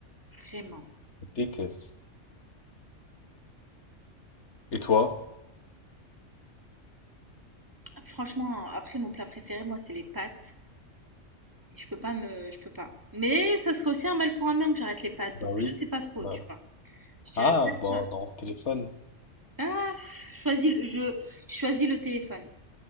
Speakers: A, on the right; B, on the left.
A: vraiment.
B: Je déteste. Et toi?
A: Franchement, après, mon plat préféré, moi, c'est les pâtes. Et je peux pas me... Je peux pas. Mais ça serait aussi un mal pour un bien que j'arrête les pâtes.
B: Bah
A: Donc,
B: oui.
A: je sais pas trop,
B: Bah...
A: tu
B: oui.
A: vois. Je dirais
B: Ah,
A: peut-être...
B: bah
A: euh,
B: non, téléphone.
A: Ah, pff, choisis, le- je, je choisis le téléphone.